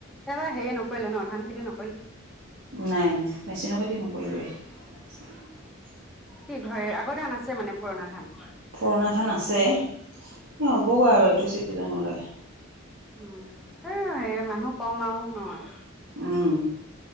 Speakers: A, in the centre; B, on the right.
A: এইবাৰ হেৰি নকৰিলে ন ধান খেতি ন
B: নাই নাই মেচিনৰ খেতি নকৰিলোৱেই।
A: কি ঘৰে আগৰ ধান আছে মানে পুৰণা ধান?
B: পুৰণা ধান আছে এ হ'বগৈ আৰু এইটো চিজনলৈ
A: উম সেই মানুহ কম আৰু নহয়
B: উম